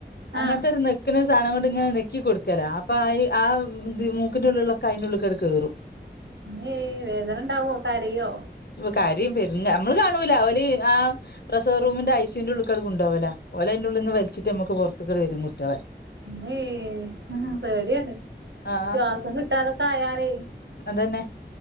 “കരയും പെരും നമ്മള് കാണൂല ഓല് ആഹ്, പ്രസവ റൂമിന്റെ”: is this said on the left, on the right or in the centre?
Left